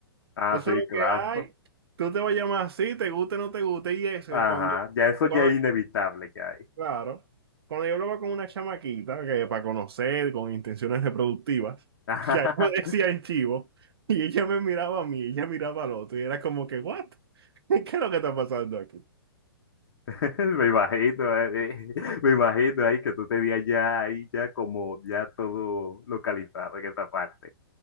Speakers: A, on the left; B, on the right.
A: Ah,
B: eso
A: sí,
B: es lo
A: claro.
B: que hay, tú te vas a llamar así, te guste o no te guste, y eso,
A: Ajá,
B: cuando,
A: ya eso
B: cuando,
A: ya es inevitable ya ahí.
B: Claro. Cuando yo hablaba con una chamaquita que para conocer, con intenciones reproductivas,
A: Ajá,
B: <laughs> que ahí me decían chivo, y ella me miraba a mí, ella miraba al otro, y era como que, ¿what? <laughs> ¿Qué es lo que está pasando aquí?
A: <laughs> me imagino, eh, eh, me imagino ahí que tú tenías ya ahí ya como ya todo localizado en esa parte.